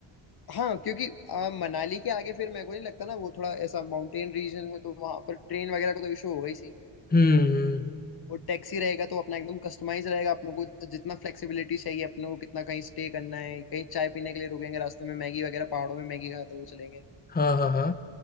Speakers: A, on the left; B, on the left.
A: हाँ क्योंकि आ, मनाली के आगे फिर मेरे को नहीं लगता ना वो थोड़ा ऐसा माउंटेन रीजन है तो वहां पर ट्रेन वगैरह का तो इशू होगा ही
B: हम्म हम्म,
A: और टैक्सी रहेगा तो अपना एकदम कस्टमाइज रहेगा अपने को जितना फ्लेक्सिबिलिटी चाहिए अपने को कितना कहीं स्टे करना है कहीं चाय पीने के लिए रुकेंगे रास्ते में मैगी वगैरह पहाड़ों में मैगी खाते हुए चलेंगे
B: हाँ हाँ हाँ